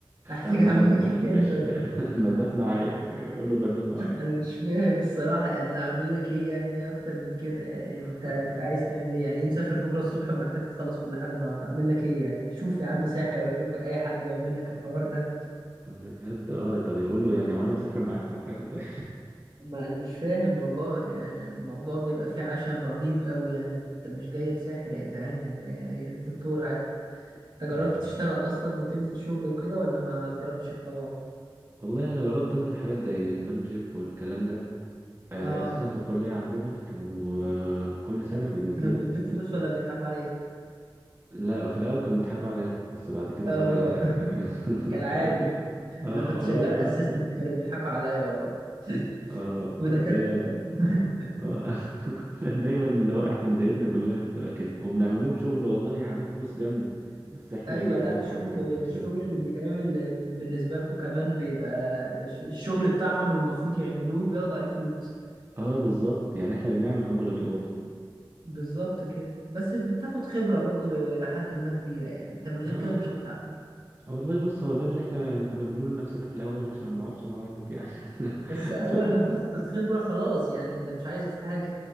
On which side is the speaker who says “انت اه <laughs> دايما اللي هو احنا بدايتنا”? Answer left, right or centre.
Right